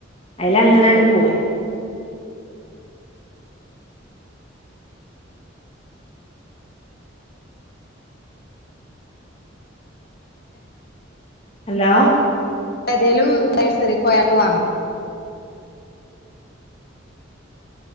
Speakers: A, on the left; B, on the left.
A: അയില് അങ്ങനെട്ട് പോയി ഹലോ
B: ഏതേലും നഴ്സറി പോയാക്കെ വാങ്ങും